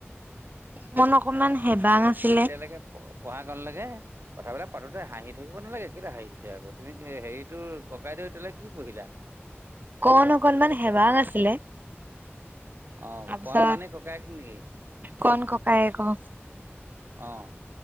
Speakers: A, on the right; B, on the right.
A: মন অকমান হেবাং আছিলে
B: এতিয়ালৈকে পঢ়া কন লেকে। কথাবিলাক পাতোতে হাঁহি থাকিব নালাগে কেলে হাঁহিছা আক তুমি হেৰিটোৰ ককাইদেউ এতিয়ালৈকে কি পঢ়িলা।
A: কণ অকনমান হেৱা আছিলে।
B: অঁ
A: তাৰপিছত
B: কণমানে ককায়েক নেকি?
A: কণ ককায়েক অ।
B: অঁ,